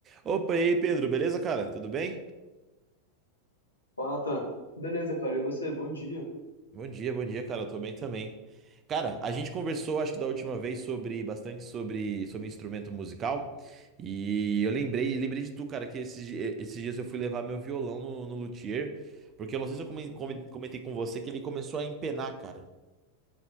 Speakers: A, on the right; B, on the left.
A: Opa, e aí, Pedro, beleza, cara? Tudo bem?
B: Fala, Natan. Beleza, cara. E você? Bom dia.
A: Bom dia, bom dia, cara. Eu tô bem também. Cara, a gente conversou, acho que da última vez, sobre bastante sobre, sobre instrumento musical. E eu lembrei, lembrei de tu, cara, que esses, di- esses dias eu fui levar meu violão no, no luthier, porque eu não sei se eu comen-
B: Uhum.
A: comen- comentei com você que ele começou a empenar, cara.